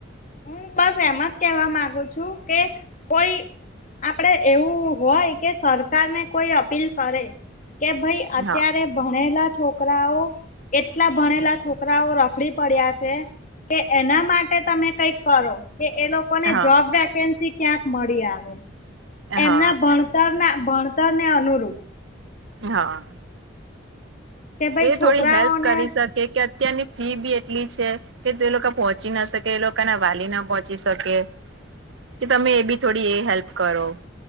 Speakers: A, on the left (about 45°); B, on the right (about 80°).
A: હું બસ એમ જ કેહેવા મામાંગુ છું કે કોઈ. આપડે એવું હોય કે સરકારને કોઈ અપીલ કરે. કે ભાઈ અત્યારે.
B: હા
A: ભણેલા છોકરાઓ એટલા ભણેલા છોકરાઓ રખડી પડ્યા છે. કે એના માટે તમે. કઈક કરો કે એ લોકોને
B: હા
A: જોબ વેકેન્સી ક્યાંક મળી આવે. એમના
B: હા
A: ભણતર ના ભણતરને અનુરૂપ.
B: હા.
A: કે ભાઈ
B: એ
A: છોકરાઓને
B: થોડી હેલ્પ કરી શકે કે અત્યારની ફી બી એટલી છે. કે તો એ લોકો પહોંચી ના શકે એ લોકોના વાલી ના પહોંચી શકે. કે તમે એ બી થોડી એ હેલ્પ કરો.